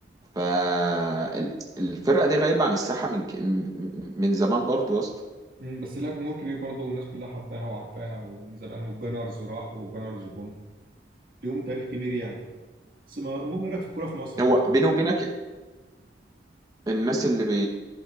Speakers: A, on the right; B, on the right.
A: فالفرقه دي غايبه عن الساحه من ك- م- م- من زمان برضه يا اسطى
B: مم، بس لها جمهور كبير برضه والناس كلها حباها وعارفاها ومن زمان والجنرز راحوا والجنرز جم ليهم تاريخ كبير يعني بس ما- المهم ايه رايك في الكوره في مصر
A: هو
B: طبعا
A: بيني وبينك الناس اللي بي